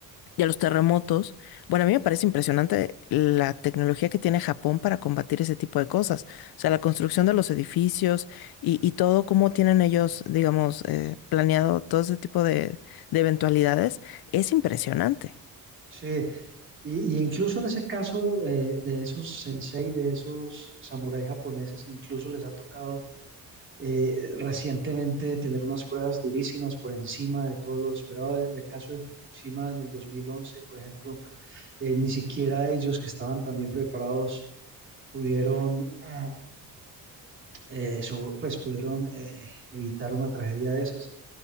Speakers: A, on the left; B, on the right.
A: de los terremotos, bueno, a mí me parece impresionante la tecnología que tiene Japón para combatir ese tipo de cosas. O sea, la construcción de los edificios y, y todo, cómo tienen ellos, digamos, eh, planeado todo ese tipo de, de eventualidades, es impresionante.
B: Sí, y, y incluso en ese caso eh, de esos sensei, de esos samuráis japoneses, incluso les ha tocado eh, recientemente tener unas pruebas durísimas por encima de todo lo esperado. En el caso de Fukushima en el 2011, por ejemplo, eh, ni siquiera ellos que estaban tan bien preparados pudieron, mm, eh, so- pues pudieron eh, evitar una tragedia de esas.